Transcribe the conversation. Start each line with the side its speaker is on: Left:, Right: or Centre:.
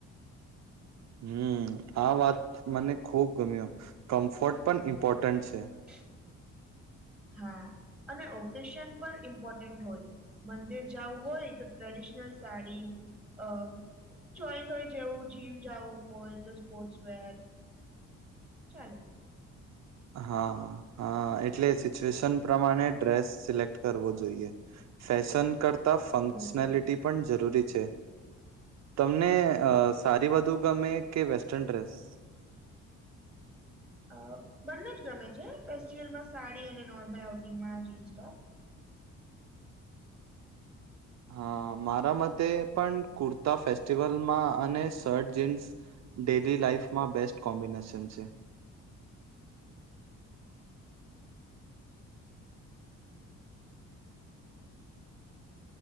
Right: હમ આ વાત મને ખુબ ગમ્યો કમ્ફર્ટ
Centre: <inaudible>
Right: પણ ઇમ્પોર્ટન્ટ <inaudible>
Centre: હા અને ઓકેશન પણ ઇનપોટેડ હોય. મંદિર જવું હોય તો ટ્રેડિશનલ સાડી અ ચોઈસ હોય જેવું જીમ જવું હોય તો સ્પોર્ટ્સ વેર ચાલે.
Right: હા હા એટલે સિચવેએશન પ્રમાણે ડેસ સિલેકટકરવો જોઈએ ફેશન કરતા
Centre: બિલકુલ
Right: ફંક્શનાલિટી
Centre: બિલકુલ
Right: પણજરૂરી છે તમને સાડી વધુ ગમે કે વેસ્ટર્ન ડ્રેસ
Centre: અ બંને જ ગમે છે ફેસ્ટિવલમાં સાડી અને નોર્મલ આઉટિંગમાં જીન્સ ટોપ
Right: હા મારા મતે પણ કુર્તા ફેસ્ટિવલમાં અને શર્ટ જીન્સ બેબી લાઈફમાં બેસ્ટ કોમ્બિનેશન છે.
Centre: <inaudible>